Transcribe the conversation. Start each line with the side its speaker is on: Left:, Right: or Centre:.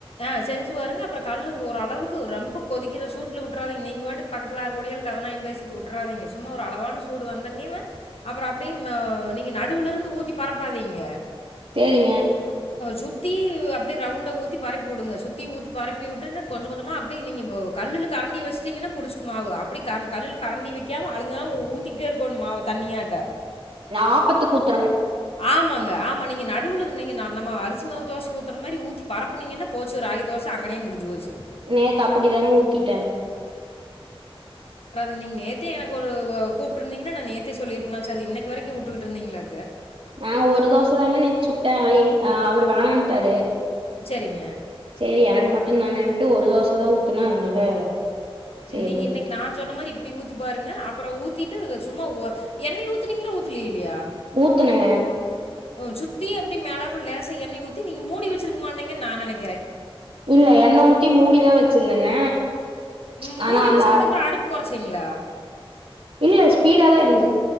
Left: ஆஹ் செஞ்சு பாருங்க அப்புறம் கல்லு ஒரு அளவுக்கு ரொம்ப கொதிக்கிற சூட்ல விட்டுறாதீங்க நீங்க பாட்டுக்கு பக்கத்துல ஆக்கடியல் கதநாயம் பேசிட்டு விட்டுறாதீங்க சும்மா ஒரு அளவான சூடு வந்தனே அப்புறம் அப்படிய நீங்க நடுவுல இருந்து ஊத்தி பரப்பாதீங்க
Right: செரிங்க
Left: சுத்தி அப்படி ரவுண்ட ஊத் ஊத்தி பரப்பி விடுங்க சுத்தி ஊத்தி பரப்பி விட்டுட்டு கொஞ்சம் கொஞ்சமா அப்படி நீங்க கல்லுல கரண்டி வச்சுட்டீங்கன்னா புடிச்சுக்கு மாவு அப்படி க கல்லுல கரண்டி வைக்காம அழுங்காம ஊத்திக்கிட்டே இருக்கனும் மாவு தண்ணியாட்டு
Right: நாபத்து குத்து
Left: ஆமாங்க ஆமா நீங்க நடுவுல இருந்தீங்க ந நம்ம அரிசி மாவு தோச ஊத்துற மாதி ஊற்றி பரப்புனீங்கன்னா போச்சு ராகி தோச அங்கனே முடிஞ்சு போச்சு
Right: நேத்து அப்படிதாங்க ஊத்திட்டேன்
Left: ங்க நேத்தே எனக்கு ஒரு கூப்பிட்டுந்தீங்கன்னா நான் நேத்தே சொல்லிருப்பேனாச்சு அது இன்னைக்கு வரைக்கும் வுட்டுட்டு இருந்தீங்களாக்கு
Right: ஆஹ் ஒரு தோச தாங்க தா நேத்து சுட்டேன் அவரு வேணடாட்டாரு
Left: சரிங்க
Right: செரி எனக்கு மட் ட்டும் தானன்ட்டு ஒரு தோசதா ஊத்துனேன் அதனால சேரின்ட்டு
Left: நீங்க இன்னக்கி
Right: ஊத்தி
Left: நாஞ் சொன்ன மாதிரி இப்பிடி ஊத்திப் பாருங்க அப்புறம் ஊத்திட் தது சும்மா எண்ணெய ஊத்துனீங்களா ஊத்துலே இல்லையா
Right: ஊத்துனங்க
Left: ம் சுத்தி அப்டி மேலே லேசா எண்ணெய் ஊத்தி நீங்க மூடி வச்சிருக்க மாட்டீங்கன்னு நான் நெனக்கிறேன்
Right: இல்ல எண்ணெ ஊத்தி மூடிதான் வச்சிருந்தேங்க ப்ச்
Left: ம்
Right: ஆனா
Left: மூடி
Right: அந்த
Left: வச்சதுக்கப்புறோ
Right: ஆற
Left: அடுப்பு கொறச்சீங்களா
Right: இல்ல ஸ்பீடா தான் இருந்